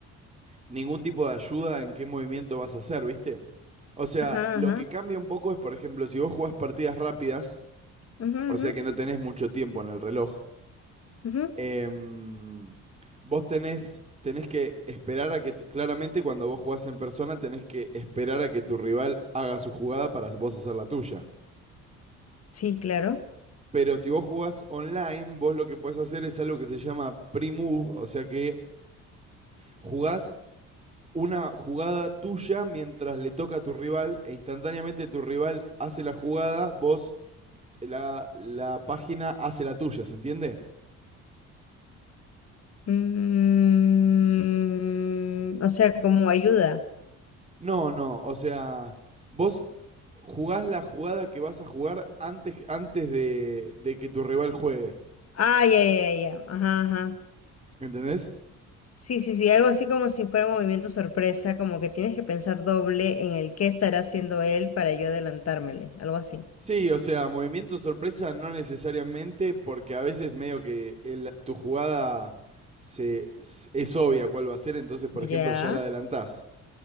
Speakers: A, on the right (about 20°); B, on the left (about 50°).
A: ningún tipo de ayuda en qué movimiento vas a hacer, ¿viste? O sea,
B: ajá,
A: lo
B: ajá.
A: que cambia un poco es, por ejemplo, si vos jugás partidas rápidas,
B: Ujú,
A: o
B: ujú,
A: sea que no tenés mucho tiempo en el reloj,
B: ujú.
A: em, vos tenés, tenés que esperar a que, tu- claramente cuando vos jugás en persona, tenés que esperar a que tu rival haga su jugada para vos hacer la tuya.
B: Sí, claro.
A: Pero si vos jugás online, vos lo que podés hacer es algo que se llama pre-move, o sea que jugás una jugada tuya mientras le toca a tu rival e instantáneamente tu rival hace la jugada, vos la, la página hace la tuya, ¿se entiende?
B: Mm, o sea, como ayuda.
A: No, no, o sea, vos jugás la jugada que vas a jugar antes, antes de, de que tu rival juegue,
B: Ah, ya, ya, ya, ya. Ajá, ajá.
A: ¿entendés?
B: Sí, sí, sí, algo así como si fuera movimiento sorpresa, como que tienes que pensar doble en el qué estará haciendo él para yo adelantármele, algo así.
A: Sí, o sea, movimiento sorpresa no necesariamente, porque a veces medio que el- tu jugada se, s- es obvia cuál va a ser, entonces por
B: Ya,
A: ejemplo ya la adelantás.